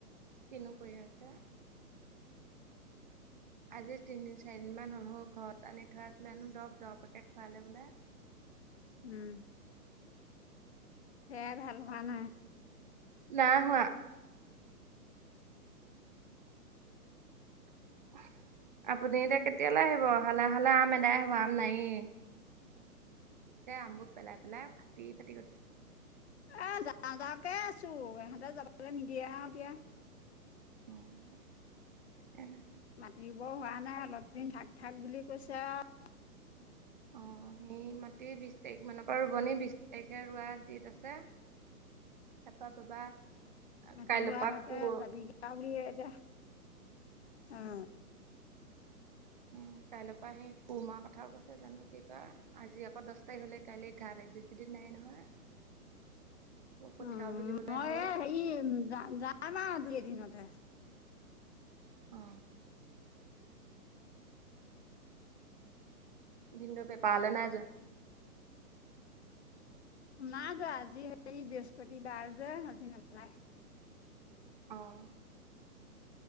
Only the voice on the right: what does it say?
কিনো কৰি আছে? আজি তিনদিন চাৰিদিন মান হ'ল মানুহৰ ঘৰত আনি থোৱা আছিলে দ দৰৱ দৰবকে খোৱালে বোলে। <inaudible>
নাইহোৱা। <inaudible> আপুনি এতিয়া কেতিয়ালৈ আহিব হালে হালে আম এদাই হব আম নাইয়ে। আমবোৰ পেলাই পেলাই ফাটি ফাটি গৈছে।
অহ তাকেহে।
অ মাতি বিশ তাৰিখ মানৰ পৰা ৰুব নি বিশ তাৰিখে ৰোৱা দিন আছে। তাপা বাবা
কাইলৈৰ
পৰা
উ কাইলে পৰা সেই কুৰমাৰ কথাও কৈছে জানো কি কয় আজি আকৌ দহ তাৰিখ হলে কাইলে এঘাৰ তাৰিখ। বেছি দিন নাই নহয়। কঠীয়াও
তুলিবলৈ
হ'ল
অ ভিনদেউ বেপাৰলে নাই যোৱা।
অহ